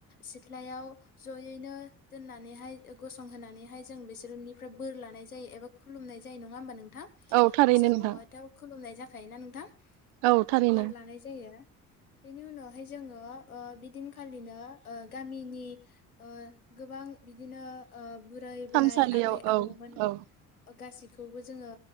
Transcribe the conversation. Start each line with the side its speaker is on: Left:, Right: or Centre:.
Left: सिथ्लायाव जयैनो दोननानैहाय गसंहोनानैहाय जों बिसोरनिफ्राय बोर लानाय जायो एबा खुलुमनाय जायो नङा होमबा नोंथां
Right: औ थारैनो
Left: बैसागु
Right: नोंथां
Left: एथायाव खुलुमनाय जाख थायोना नोंथां।
Right: औ
Left: अ
Right: थारैनो
Left: बोर लानाय जायो। बेनि उनावहाय जोङो ओ बिदिनखालिनो ओ गामिनि ओ गोबां ओ बिदिनो बुरा
Right: थानसालियाव
Left: बोराइ आबै आबौमोन
Right: औ औ
Left: गासिब खौबो जोङो